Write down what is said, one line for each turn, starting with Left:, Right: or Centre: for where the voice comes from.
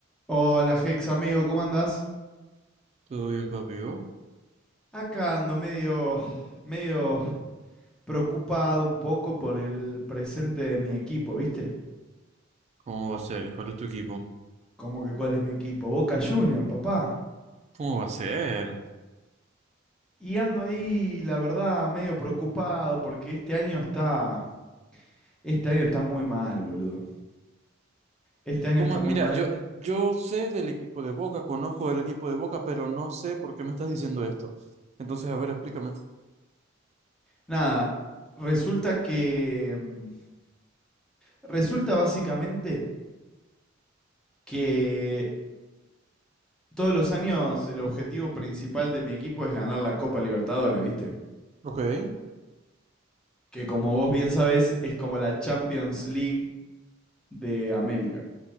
Centre: Hola, Hex, amigo, ¿cómo andás?
Right: Todo bien, papi. ¿Vos?
Centre: Acá ando medio, medio preocupado un poco por el presente de mi equipo, ¿viste?
Right: ¿Cómo va a ser? ¿Cuál es tu equipo?
Centre: ¿Cómo que cuál es mi equipo? Boca Juniors, papá.
Right: ¿Cómo va a ser?
Centre: Y ando ahí, la verdad, medio preocupado porque este año está, este año está muy mal, boludo. Este año
Right: ¿Cómo?
Centre: está muy
Right: Mira,
Centre: mal.
Right: yo, yo sé del equipo de Boca, conozco del equipo de Boca, pero no sé por qué me estás diciendo esto. Entonces, a ver, explícame.
Centre: Nada, resulta que, mm, resulta básicamente que todos los años el objetivo principal de mi equipo es ganar la Copa Libertadores, ¿viste?
Right: Ok,
Centre: que como vos bien sabés es como la Champions League de América.